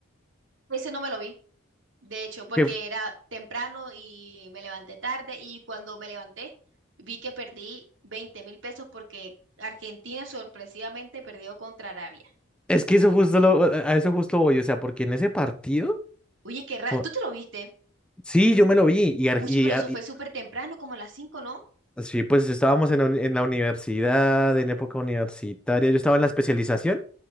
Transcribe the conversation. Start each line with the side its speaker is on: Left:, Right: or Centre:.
Right: Ese no me lo vi, de hecho, porque
Centre: Que f-
Right: era temprano y me levanté tarde y cuando me levanté vi que perdí veinte mil pesos porque Argentina sorpresivamente perdió contra Arabia.
Centre: es que eso justo lo, a eso justo voy, o sea, porque en ese partido,
Right: Oye, qué raro,
Centre: o-
Right: ¿tú te lo viste?
Centre: sí, yo me lo vi y, Ar-
Right: Uy,
Centre: y
Right: pero
Centre: Ar-
Right: eso fue
Centre: y-
Right: súper temprano, como a las cinco, ¿no?
Centre: sí, pues estábamos en, un- en la universidad, en época universitaria, yo estaba en la especialización.